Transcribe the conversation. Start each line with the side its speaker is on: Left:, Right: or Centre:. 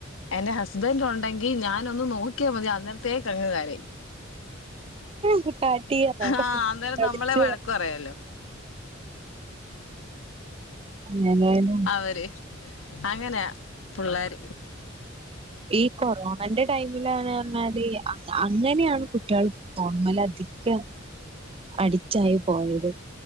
Left: എന്റെ ഹസ്ബന്റ് ഉണ്ടെങ്കി ഞാനൊന്ന് നോക്കിയാൽ മതി അന്നരത്തേക്ക് അ കരയി
Right: ശ കാട്ടി അതാണ്ട്
Left: ആഹ് അന്നേരം
Right: അടിച്ച്
Left: നമ്മളെ വഴക്ക പറയല്ലോ
Right: അ ഏധായാലും
Left: അവര് അങ്ങനെയാ പിള്ളർ
Right: ഈ കൊറോണന്റെ ടൈമിലന്ന് പറഞ്ഞാല് അങ്ങനെയാണ് കുട്ടിയ ൾ ഫോൺമലതികം അടിട്ടായി പോയത്